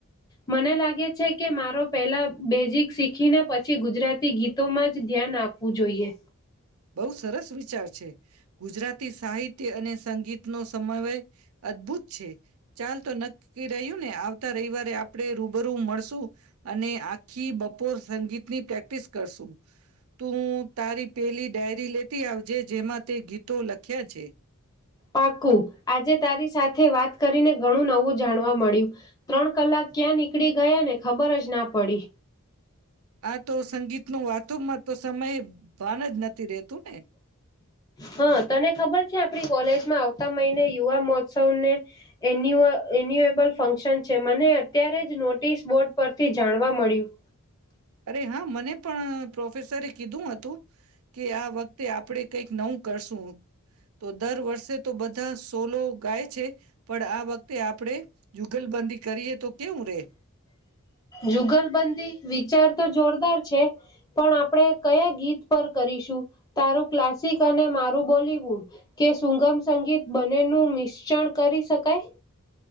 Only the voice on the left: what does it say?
મને લાગે છે, કે મારો પેલા બેઝિક શીખીને પછી, ગુજરાતી ગીતોમાં જ ધ્યાન આપવું જોઈએ.
પાકુ આજે તારી સાથે વાત કરીને ઘણું નવું જાણવા મળ્યું. ત્રણ કલાક ક્યાં નીકળી ગયાને ખબર જ ના પડી.
હા તને ખબર છે આપણી કોલેજમાં આવતા મહિને યુવા મહોત્સવને એન્યુ એન્યુએબલ ફંક્શન છે મને અત્યારે જ નોટિસ બોર્ડ પરથી જાણવા મળ્યું
જુગલબંધી વિચાર તો જોરદાર છે પણ આપણે કયા ગીત પર કરીશું તારું ક્લાસિક અને મારું બોલીવુડ કે સુુંગમ સંગીત બનેનું મિશ્રણ કરી શકાય